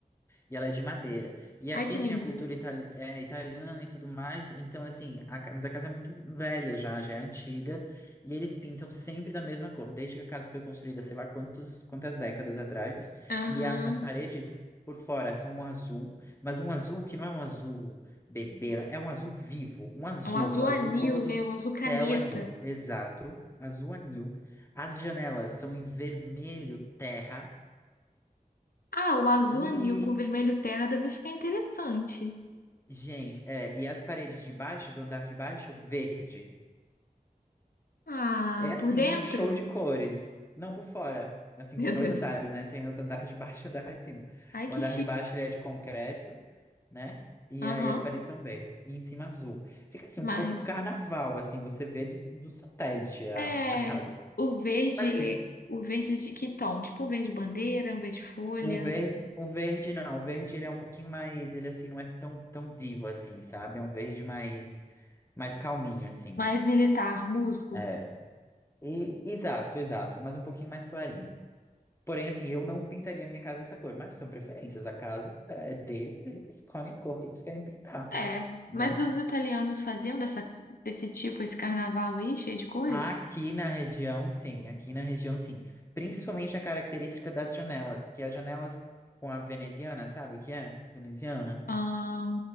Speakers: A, on the left; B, on the left.
A: E ela é de madeira. E
B: Ai,
A: aqui
B: que lindo.
A: tinha cultura itali- é, italiana e tudo mais. Então, assim, a, ca- mas a casa é muito velha já, já é antiga. E eles pintam sempre da mesma cor, desde que a casa foi construída, sei lá quantos, quantas décadas atrás.
B: Aham.
A: E a- as paredes por fora são um azul, mas um azul que não é um azul bebê, é um azul vivo. Um azul,
B: É um azul
A: azul
B: anil,
A: cor do
B: né? Um azul caneta.
A: céu anil. Exato, azul anil. As janelas são em vermelho terra.
B: Ah, o azul
A: e
B: anil com vermelho terra deve ficar interessante.
A: Gente, é, e as paredes de baixo, do andar de baixo, verde.
B: Ah,
A: É assim,
B: por dentro?
A: um show de cores. Não por fora. Assim,
B: <laughs> Meu
A: tem dois
B: Deus.
A: andares, né? Tem os andar de baixo e o andar de cima.
B: Ai,
A: O
B: que
A: andar
B: chique.
A: de baixo ele é de concreto, né? E
B: Aham.
A: aí as paredes são verdes. E em cima azul. Fica assim,
B: Mas
A: um pouco um carnaval, assim, você vê do, do satélite a,
B: é
A: a casa.
B: o verde,
A: Mas
B: ele,
A: assim,
B: o verde de que tom? Tipo um verde bandeira, um verde folha,
A: o verde, o verde não. O verde ele é um pouquinho mais, ele assim, não é tão, tão vivo assim, sabe? É um verde mais, mais calminho, assim.
B: mais militar, musgo.
A: É, E, exato, exato, mas um pouquinho mais clarinho. Porém, assim, eu não pintaria minha casa dessa cor, mas são preferências. A casa é deles, eles escolhem a cor que eles querem pintar,
B: É,
A: né?
B: mas os italianos faziam dessa, desse tipo esse carnaval aí, cheio de cores?
A: Aqui na região, sim, aqui na região, sim. Principalmente a característica das janelas, que as janelas com a veneziana, sabe o que é? Veneziana?
B: Ah,